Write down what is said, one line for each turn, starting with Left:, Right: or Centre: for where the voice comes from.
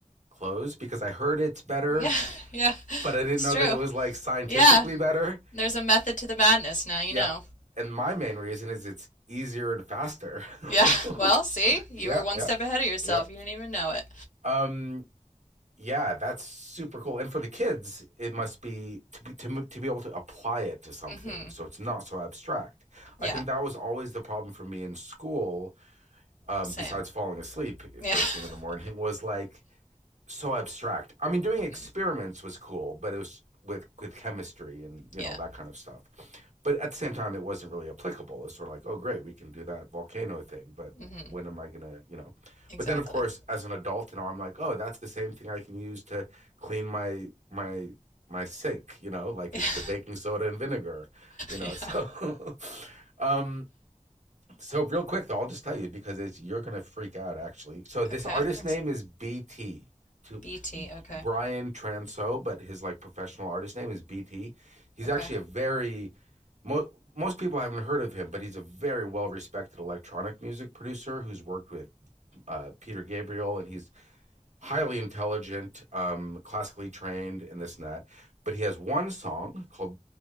Right: clothes because I heard it's better
Left: Yeah, <laughs> yeah,
Right: but I didn't
Left: it's
Right: know
Left: true.
Right: that it was like scientifically
Left: Yeah,
Right: better.
Left: there's a method to the madness now, you
Right: Yeah.
Left: know.
Right: And my main reason is it's easier and faster.
Left: Yeah, <laughs>
Right: <laughs>
Left: well, see, you
Right: yeah,
Left: were one
Right: yeah.
Left: step ahead of yourself.
Right: Yeah.
Left: You didn't even know it.
Right: Um yeah, that's super cool. And for the kids, it must be to be, to to be able to apply it to something,
Left: Mm-hmm.
Right: so it's not so abstract.
Left: Yeah,
Right: I think that was always the problem for me in school. Um,
Left: same.
Right: besides falling asleep
Left: Yeah.
Right: first thing in
Left: <laughs>
Right: the morning, was like so abstract. I mean, doing
Left: Mm-hmm.
Right: experiments was cool, but it was with with chemistry and you
Left: Yeah.
Right: know that kind of stuff. But at the same time, it wasn't really applicable. It's sort of like, oh, great, we can do that volcano thing, but
Left: Mm-hmm.
Right: when am I gonna, you know?
Left: Exactly.
Right: But then, of course, as an adult, you know, I'm like, oh, that's the same thing I can use to clean my my my sink, you know, like
Left: <laughs>
Right: is the baking soda and vinegar, you know.
Left: Yeah.
Right: So, <laughs> um, so real quick though, I'll just tell you because it's you're gonna freak out actually. So this
Left: Okay,
Right: artist
Left: I'm excited.
Right: name is BT to
Left: BT. Okay.
Right: Brian Transo, but his like professional artist name is BT. He's
Left: Okay.
Right: actually a very mo- most people haven't heard of him, but he's a very well respected electronic music producer who's worked with uh, Peter Gabriel, and he's highly intelligent, um, classically trained, and this and that. But he has one song called